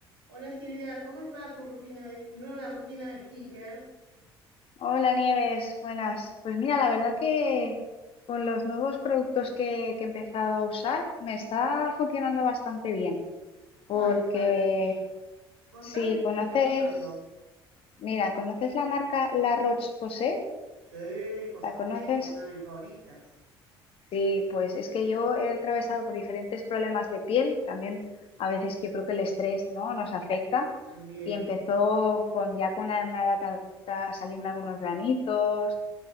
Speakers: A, on the right; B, on the left.
A: Hola Silvia, ¿cómo va tu rutina de, nueva rutina de skincare?
B: Hola Nieves, buenas. Pues mira, la verdad que con los nuevos productos que, que he empezado a usar me está funcionando bastante bien,
A: Ay,
B: porque
A: qué maravilla. Contame
B: si
A: qué
B: conoces,
A: estás usando.
B: mira, ¿conoces la marca La Roche-Posay?
A: Sí, por supuesto,
B: ¿La conoces?
A: una de mis favoritas
B: Sí, pues es que yo he atravesado por diferentes problemas de piel, también a veces yo creo que el estrés, ¿no? nos afecta
A: también.
B: y empezó con ya con una, una edad adulta a salirme algunos granitos